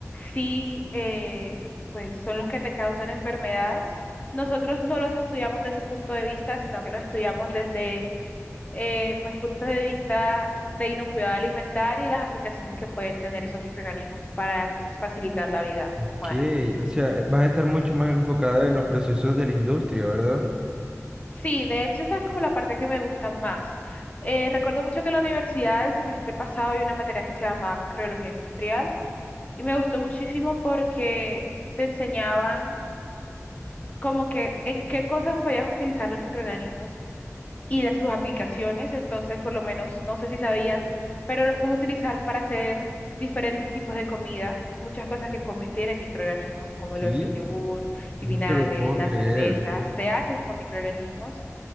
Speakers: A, on the left; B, on the right.
A: sí eh, pues son los que te causan enfermedades, nosotros no los estudiamos desde ese punto de vista, sino que los estudiamos desde eh, pues puntos de vista de inocuidad alimentaria y las aplicaciones que pueden tener esos microorganismos para pues facilitar la vida
B: Ok,
A: humana.
B: o sea, vas a estar mucho más enfocada en los procesos de la industria, ¿verdad?
A: Sí, de hecho esa es como la parte que me gusta más. Eh, recuerdo mucho que en la universidad el semestre pasado había una materia que se llamaba microbiología industrial y me gustó muchísimo porque te enseñaban como que en qué cosas podías utilizar los microorganismos y las, sus aplicaciones, entonces por lo menos, no sé si sabías, pero los puedes utilizar para hacer diferentes tipos de comida. Muchas cosas que comes tienen microorganismos, como lo
B: Sí,
A: es el yogur, el
B: no
A: vinagre,
B: te lo puedo
A: la
B: creer.
A: cerveza, se hacen con microorganismos